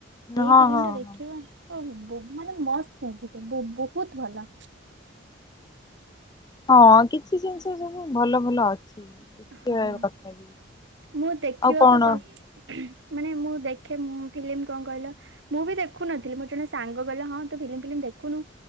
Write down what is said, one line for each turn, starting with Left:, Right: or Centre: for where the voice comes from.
Right: ସେଇ
Left: ହଁ
Right: ଫିଲିମ୍
Left: ହଁ
Right: ଟା ଦେଖିବ
Left: ହଁ।
Right: ବ ମାନେ ମସ୍ତ ବୋ ବୋହୁତ୍ ଭଲ।
Left: ହଁଅଁ କିଛି ଜିନିଷ ସବୁ ଭଲ ଭଲ ଅଛି। ଦେଖିବା
Right: ହହଁଅଁ
Left: କଥା ବି।
Right: ମୁଁ ଦେଖିବାକୁ
Left: ଆଉ କଣ
Right: ପସ୍ ମାନେ ମୁଁ ଦେ ଖେ ମୁଁ ଫିମ୍ଲି କଁ କଇଲ? ମୁଁ ବି ଦେଖୁନଥିଲି ମୋର ଜଣେ ସାଙ୍ଗ କଇଲା ହଁ ତୁ ଫିଲିମ ଫିଲିମ୍ ଦେଖୁନୁ